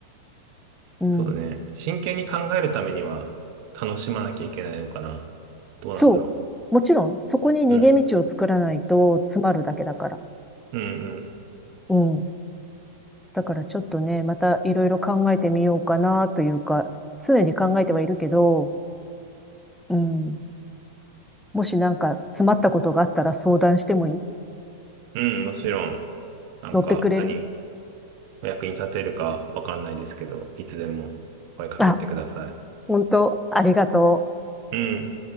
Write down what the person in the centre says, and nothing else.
うん。
そう。もちろん、そこに逃げ道を作らないと詰まるだけだから。
うん。だからちょっとね、またいろいろ考えてみようかなというか、常に考えてはいるけど、うん。もしなんか詰まったことがあったら相談してもいい
乗ってくれる
あ、本当ありがとう。